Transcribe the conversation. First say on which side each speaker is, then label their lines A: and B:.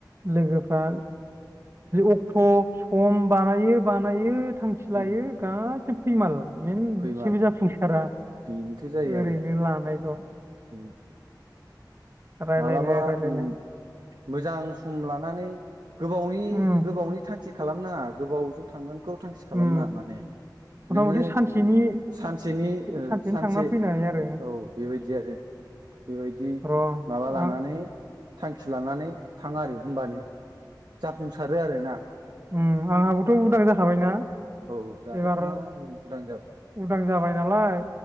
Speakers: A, on the right; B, on the right.
A: लोगोफ्रा अक्ट' सम बानायो बानायो थांखि लायो
B: उम
A: गाैबो फैमाल। मेनसेबो
B: फैमाल
A: जाफुंसारा
B: बेनोथ' जायो
A: ओरै'नो
B: आरो
A: लानायल'।
B: उम
A: रायलायनाय
B: मालाबा
A: रायलायनाय
B: ओम मोजां सम लानानै गोबावनि
A: उम
B: गोबावनि थांखि खालामनााङा गोबावजों थांगोनखौ थांखि खालामनााङा
A: उम
B: माने
A: मथा
B: नोङो
A: मथि सानसेनि
B: सानसेनि ओ
A: सानसेनो
B: सानसे
A: थांना फैनाय आरो
B: औ बेबायदि आरो बेबायदि
A: र'
B: माबा लानानै
A: आं
B: थांखि लानानै थाङो आरो हबानो जाफुंसारो आरो ना।
A: ओम आंहाबोथ' उदां जाखाबायना।
B: औ दाथ'
A: एबार
B: नोंहा उदां जाबाय
A: उदां जाबाय नालाय